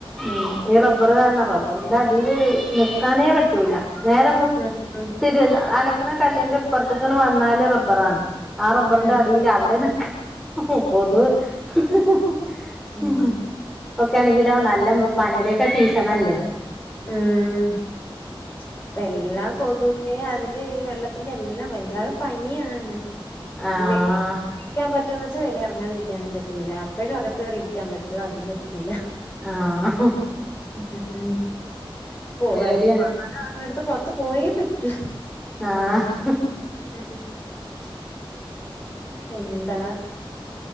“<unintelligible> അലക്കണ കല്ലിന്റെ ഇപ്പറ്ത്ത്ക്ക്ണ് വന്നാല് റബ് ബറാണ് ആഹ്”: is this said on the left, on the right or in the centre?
Centre